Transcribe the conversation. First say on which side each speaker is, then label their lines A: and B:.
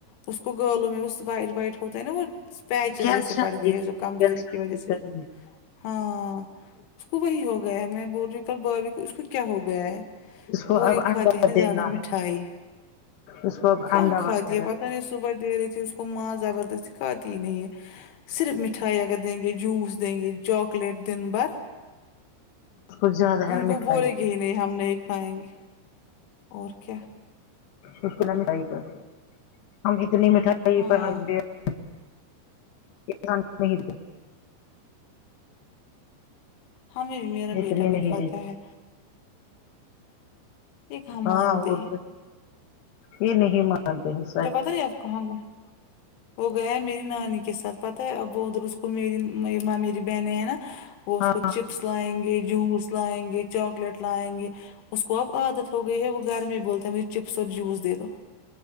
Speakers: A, on the left (about 80°); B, on the left (about 65°).
A: اس کو گالوں میں اس وائٹ وائٹ ہوتا ہے نا وہ اسپیچز
B: کیلشیم
A: جیسے پڑ گئے
B: کی کیلشیم
A: جو کمزوری کی وجہ سے
B: کمی
A: ہاں اس کو وہی ہوگا گیا ہے میں بول رہی ہوں کل بھابھی کو اس کو کیا ہو گیا ہے
B: اس کو
A: اور
B: اب
A: یہ
B: انڈا
A: کھاتے ہیں نا
B: دینا
A: زیادہ مٹھائی
B: ہے اس کو اب
A: کہاں
B: انڈا
A: کھاتے
B: وغیرہ
A: ہیں پتا نہیں اس صبح دے رہی تھی اس کو ماں زبردستی کھاتی ہی نہیں ہے صرف مٹھائی اگر دیں گے جوس دیں گے چاکلیٹ دن بھر
B: کو زیادہ ہے
A: ان
B: نا
A: کو
B: مٹھائی
A: بولے گی جی نہیں ہم نہیں کھائیں گے اور کیا
B: اس کو نہ مٹھائی کا ہم اتنی مٹھائی
A: ہاں
B: <unintelligible> <unintelligible> نہیں
A: ہمیں بھی میرا
B: دیتے
A: بیٹا
B: اتنی
A: بھی
B: نہیں
A: کھاتا
B: دیتے
A: ہے یہ کہاں
B: ہاں
A: مانتے
B: اور
A: ہیں
B: کیا یہ نہیں مانتے ہیں سچ
A: پتے اب کہاں گئے وہ گیا ہے میری نانی کے ساتھ پتا ہے ا وہ ادھر اس کو میری ممیرے بہنیں ہیں نا وہ اس
B: ہاں
A: کو چپس لائیں گے جوس لائیں گے چاکلیٹ لا ئیں گے اس کو اب عادت ہو گئی ہے وہ گھر میں بولتا ہے مجھے چپس اور جوس دے دو